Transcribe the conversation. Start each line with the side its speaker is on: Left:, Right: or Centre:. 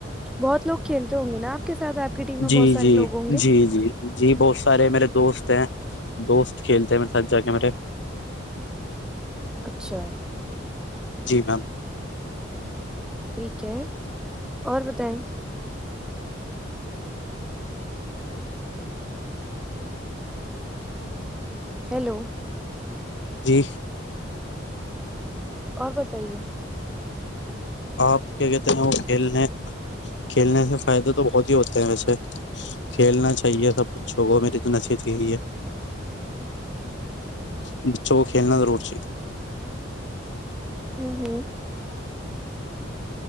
Centre: بہت لوگ کھیلتے ہوں گے نا آپ کے ساتھ آپ کی ٹیم میں
Left: جی
Centre: بہت سارے
Left: جی
Centre: لوگ ہوں گے
Left: جی جی جی بہت سارے میرے دوست ہیں دوست کھیلتے ہیں میرے س جا کے میرے
Centre: اچھا
Left: جی میم
Centre: ٹھیک ہے اور بتائیں ہیلو
Left: جی
Centre: اور بتائیے
Left: آپ کیا کہتے ہیں وہ کھیلنے کھیلنے سے فائدے تو بہت ہی ہوتے ہیں ویسے کھیلنا چاہیے سب بچوں کو میری تو نشیتی ہے اورچ چ وہ کھیلنا ضرور چاہی
Centre: ہوں ہوں